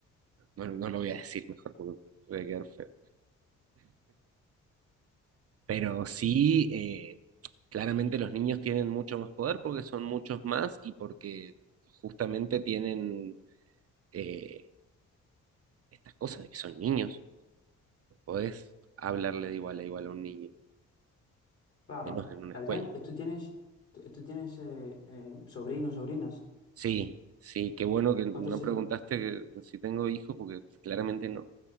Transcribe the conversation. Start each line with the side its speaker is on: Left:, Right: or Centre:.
Right: no, no lo voy a decir mejor porque voy a quedar feo. Pero sí, eh, claramente los niños tienen mucho más poder porque son muchos más y porque justamente tienen eh, estas cosas de que son niños. No podés hablarle de igual a igual a un niño,
Left: Claro.
Right: menos en una
Left: Adrián,
Right: escuela.
Left: eh, ¿tú tienes, tú tú tienes eh, eh, sobrinos, sobrinas?
Right: Sí, sí, qué bueno que no
Left: ¿Cuántos
Right: preguntaste
Left: años?
Right: que- si tengo hijos, porque claramente no.